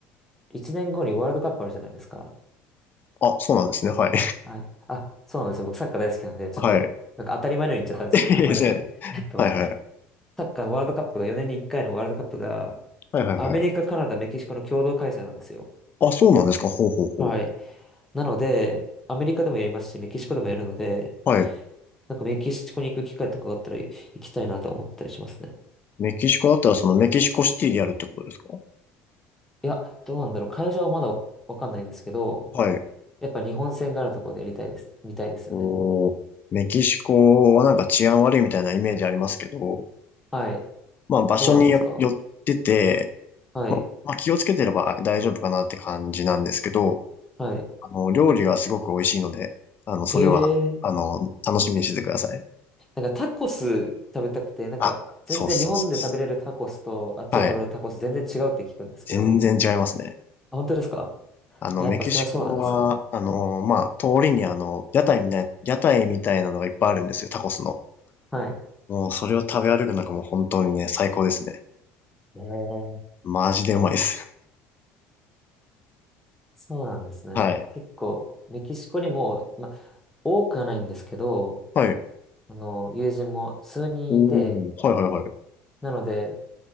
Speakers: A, in the centre; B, on the left (about 35°).
A: 一年後にワールドカップあるじゃないですか。
B: あ、そうなんですね。はい。
A: はい。あ、そうなんですよ。僕サッカー大好きなんで、ちょっと、
B: <laughs> はい。
A: なんか当たり前のように言っちゃったんです。
B: <laughs> いいですね
A: ごめんなさいね。えっと、
B: はい、はい。
A: サッカーのワールドカップが、4年に1回のワールドカップが、
B: はい、はい、
A: アメリカ、
B: はい。
A: カナダ、メキシコの共同開催なんですよ。
B: あ、そうなんですか。ほうほうほう。
A: はい。なので、アメリカでもやりますし、メキシコでもやるので、
B: はい。
A: なんかメキシコに行く機会とかがあったら行きたいなと思ったりしますね。
B: メキシコだったらそのメキシコシティでやるってことですか
A: いや、どうなんだろう。会場はまだわわかんないんですけど、
B: はい。
A: やっぱ日本戦があるところでやりたいです。見たいですよね。
B: おー。メキシコはなんか治安悪いみたいなイメージありますけど、
A: はい。
B: まあ場所によよってて、
A: どうなんですかはい。
B: まあ気をつけてれば大丈夫かなって感じなんですけど、
A: はい。
B: あの、料理がすごく美味しいので、あの、
A: へ
B: それは、
A: え。
B: あの、楽しみにしててください。
A: なんかタコス食べたくて、なんか全然日本で食べれるタコスとあっちで食べれるタコス全然違うって聞くんですけど。
B: あ、そうそうそうそう。はい。全然違いますね。
A: あ、本当ですか
B: あの、
A: あ、
B: メキシコは、
A: やっぱそれはそうなんですね。
B: あの、まあ、通りにあの、屋台みたい、屋台みたいなのがいっぱいあるんですよ、タコスの。
A: はい。
B: もう、それを食べ歩くのがもう本当にね、最高ですね。
A: へえ。
B: マジでうまいです。
A: そうなんですね。
B: <laughs> はい。
A: 結構、メキシコにも、ま、多くはないんですけど、
B: はい。
A: あの、友人も数人いて、
B: おー、はいはいはい。
A: なので、